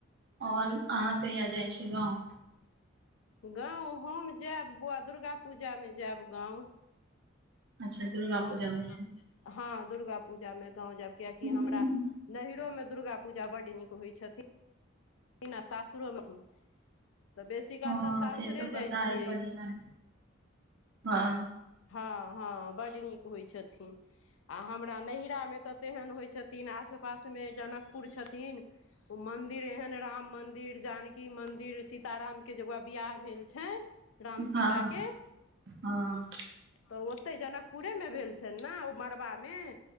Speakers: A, on the right; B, on the left.
A: औल अहाँ कहिया जाइ छी गाँव?
B: गाँव हम जाएब बौवा दुर्गा पूजा मे जाएब गाँव।
A: अच्छा दुर्गा
B: गाँव
A: पूजा
B: <unintelligible>
A: मे
B: हँ दुर्गा पूजा में गाँंव जेएब कियाकि
A: हूँ,
B: हमरा नहिरो में दुर्गा पूजा पूजा बड्ड नीक होइ छथिन। न आ सासुरो मे होइ त बेसी काल
A: हँ
B: तऽ सासुरे
A: से तऽ
B: जाइ
A: पता
B: छियै।
A: अइ बढ़िआँ हँ
B: हँ हँ बड्ड नीक होइ छथिन। आ हमरा नहिरा मे तऽ तेहेन होइ छथिन आस - पास मे जनकपुर छथिन उ मंदिर एहन ए राम मंन्दिर जानकी मंदिर सीताराम के जे बौवा बियाह भेल छइन। राम
A: हँ
B: सीता के-ह
A: हँ
B: तऽ ओत्तै जनकपुरे मे भेल छनि नऽ ओ मड़बा मे